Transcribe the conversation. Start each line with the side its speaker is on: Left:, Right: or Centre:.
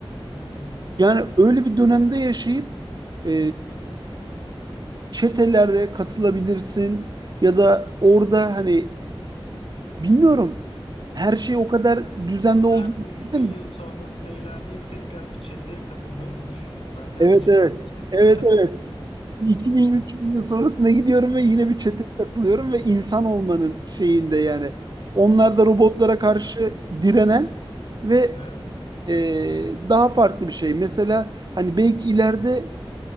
Left: Hı hı.
Right: Yani öyle bir dönemde yaşayıp e, çetelere katılabilirsin ya da orada hani bilmiyorum her şey o kadar düzende
Left: Sen
Right: olduğunu
Left: 3000
Right: düşündüm.
Left: yıl sonrasına ilerleyip tekrar bir çeteye katılmayı mı düşündün? Ben yanlış
Right: Evet evet.
Left: mı duydum?
Right: Evet
Left: <laughs>
Right: evet. 2000 3000 yıl sonrasına gidiyorum ve yine bir çeteye katılıyorum ve insan olmanın şeyinde yani. Onlar da robotlara karşı direnen ve
Left: Evet,
Right: e, daha farklı bir şey. Mesela hani belki ileride